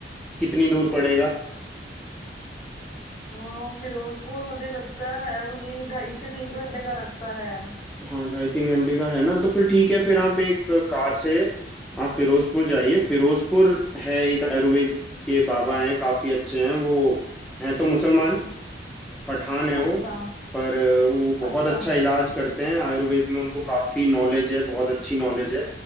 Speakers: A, in the centre; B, on the left (about 40°).
A: कितनी दूर पड़ेगा
B: हाँ फिरोजपुर मुझे लगता है वो यही ढाई से तीन घंटे का रास्ता है
A: हाँ ढाई तीन घंटे का है ना तो फिर ठीक है फिर आप एक कार से आप फिरोजपुर जाइए फिरोजपुर है एक आयुर्वेद के बाबा हैं काफी अच्छे हैं वो हैं तो मुसलमान पठान है
B: अच्छा
A: वो पर वो बहुत
B: अच्छा
A: अच्छा इलाज करते हैं आयुर्वेद में उनको काफी नॉलेज है बहुत अच्छी नॉलेज है